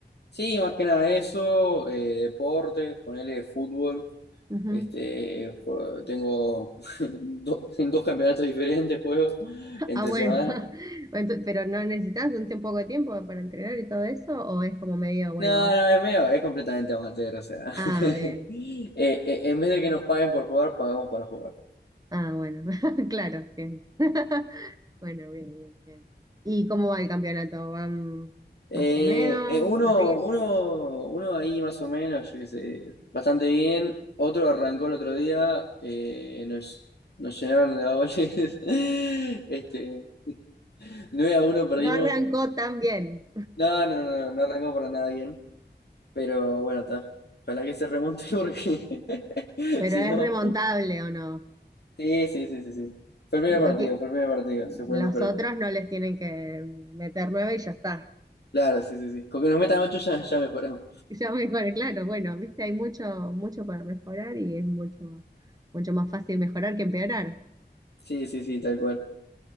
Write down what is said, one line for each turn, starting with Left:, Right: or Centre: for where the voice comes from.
Left: Sí, más que nada eso, eh, deportes, ponerle fútbol.
Right: Ujú.
Left: Este,
Right: <laughs>
Left: jue- tengo <laughs> do- en dos campeonatos diferentes juego entre
Right: Ah, bueno,
Left: semana.
Right: <laughs> Entonces, pero ¿no necesitas un tiempo- poco de tiempo para entrenar y todo eso? ¿O es como medio, bueno,
Left: No,
Right: vamos?
Left: no, es medio, es completamente amateur, o sea.
Right: Ah,
Left: <laughs>
Right: bien.
Left: Eh, eh, en vez de que nos paguen por jugar, pagamos para jugar.
Right: Ah, bueno, <laughs> claro, bien. <laughs> Bueno, bien, bien, bien. ¿Y cómo va el campeonato? ¿Van
Left: Eh,
Right: más o menos?
Left: eh, uno,
Right: ¿Arriba?
Left: uno, uno ahí más o menos, yo qué sé, bastante bien. Otro arrancó el otro día, eh, nos, nos llenaron de goles. <laughs> Este, 9 a uno perdimos.
Right: No arrancó tan bien,
Left: No, no, no, no, no arrancó para nada bien. Pero bueno, está. Ojalá que se remonte <laughs> porque <laughs>
Right: pero
Left: si
Right: es
Left: no.
Right: remontable o no.
Left: Sí, sí, sí, sí, sí. Fue el primer
Right: No
Left: partido,
Right: ti-
Left: fue el primer partido. Se puede
Right: los
Left: mejorar.
Right: otros no les tienen que meter nueve y ya está. <laughs>
Left: Claro, sí, sí, sí. Con que nos metan ocho ya, ya mejoramos.
Right: Y Ya mejoré, claro, bueno, viste, hay mucho, mucho para mejorar y es mucho, mucho más fácil mejorar que empeorar.
Left: Sí, sí, sí, tal cual.